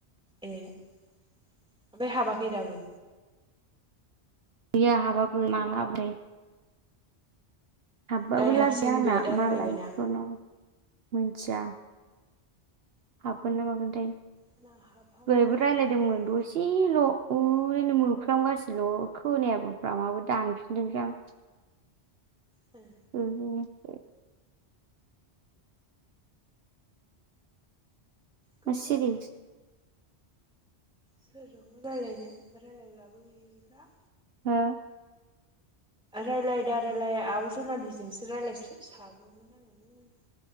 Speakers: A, in the centre; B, on the right.
A: ए। ओमफाय हाबाखै दाबो।
B: गैया हाबाखै माला हाबोथाय। हाबबाबो
A: दायो
B: लाब
A: हाबसिगोन
B: गैया आंना
A: बे दा
B: मालायथ'
A: रायलायबायना
B: नों मिथिया हाबगोन ना मागोनथाय
A: आंना हाबहांआनो
B: बरैबो रायज्लायदोंमोन
A: जायाखै
B: दसेल' ओरैनो मोफ्रामगाल' खोनायाबोफ्रामाबो दानफिनदोंसै आं
A: गैया
B: <unintelligible>
A: गैया
B: मा सिरि
A: सोरजोंबो रायज्लायनो रायज्लायग्रबो गैला
B: ह
A: रायलायदा रायलाया आब' जनालिजोंसो राय्लाय साबोमोन आङो